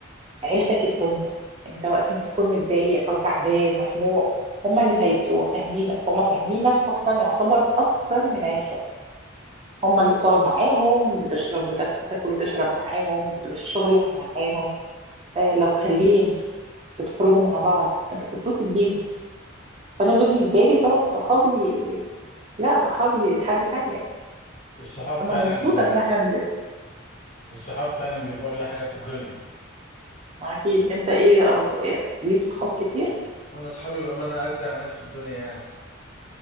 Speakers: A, on the right; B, on the left.
A: عيلتك التانية انت وقت ما تكون متضايق او تعبان مخنوق هم اللي هيبقوا فاهمينك هم فاهمينك اصلا يعتبر اكتر من عيلتك هم اللي بتقعد معاهم بتشرب وتاكل بتاكل وتشرب معاهم بتروح شغلك معاهم آه لو خارجين بتخرجوا مع بعض انت بتتبسط بيهم فانا بالنسبه لي طبعا صحابي لا صحابي حاجه تانية
B: الصحاب فعلا
A: انا مبسوطه ان انا هنزل
B: الصحاب فعلا بيبقى اغلى حاجة في الدنيا
A: اكيد انت ايه أخب- ليك صحاب كتير
B: انا اصحابي بقى ما انا اجدع ناس في الدنيا يعني